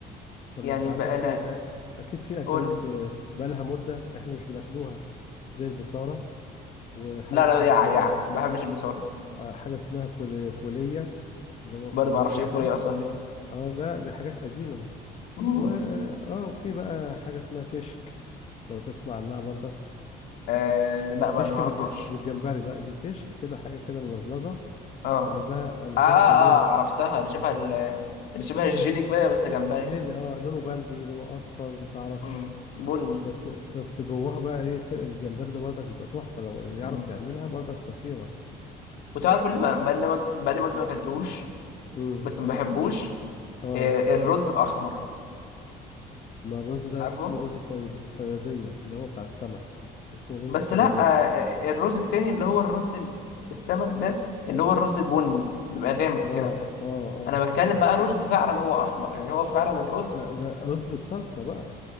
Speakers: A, on the left; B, on the left.
A: طب
B: يعني
A: ما انت عندك
B: بقى
A: في
B: انا
A: أ- اكيد في اكلات
B: قول لي
A: آه، بقالها مده احنا مش بناكلوها زي البصاره وحاجه
B: لا
A: اسمها
B: لا يع
A: فول
B: يع ما بحبش البصل
A: آه، حاجه اسمها فول فوليه اللي هو فول
B: برضه ما
A: نابت
B: اعرفش ايه
A: ده
B: الفوريه اصلا دي
A: اه لا دي حاجات قديمة
B: مم.
A: و اه وفي بقى حاجة اسمها كشك لو تسمع عنها برضك
B: آه لا برضه
A: كشك
B: ما اعرفهاش
A: بالج... بالجمبري لا دي كشك كده حاجة كده ملزلزة
B: اه
A: في قلبها قلبها
B: اه اه
A: الجمبري
B: عرفتها
A: اه
B: اللي شبه ال- اللي شبه الجيلي كده بس جمبري
A: جيلي اه لونه بامبي لونه اصفر متعرفش
B: مم. بني
A: بس بس جواها بقى ايه ك- الجمبري ده برضك بيبقى تحفة لو اللي يعرف
B: مم.
A: يعملها برضك خطيرة
B: وتعرف اللي بقى بقالي مد- بقالي مدة ما اكلتهوش
A: امم
B: بس ما بحبوش
A: اه
B: آه، الرز الأحمر
A: ما الرز ده
B: عارفه
A: اسمه رز صيد... صيادية اللي هو بتاع السمك اسمه
B: بس
A: رز صيادية
B: لا آه، آه، الرز التاني اللي هو الرز ال- السمك ده اللي هو الرز البني بيبقى غامق كده
A: اه اه اه
B: أنا بتكلم
A: اه
B: بقى رز فعلا هو أحمر يعني هو فعلا الرز
A: ده ده رز بالصلصة بقى